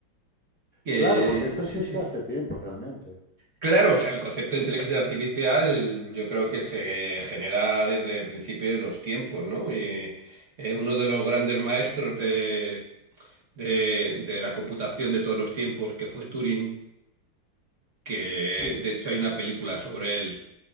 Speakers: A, on the right; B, on the left.
A: Que
B: Claro, porque esto
A: sí,
B: existe
A: sí.
B: hace tiempo realmente.
A: Claro, o sea, el concepto de inteligencia artificial yo creo que se genera desde el principio de los tiempos, ¿no? Y eh, uno de los grandes maestros de, de, de la computación de todos los tiempos, que fue Turing, que
B: Sí.
A: de hecho hay una película sobre él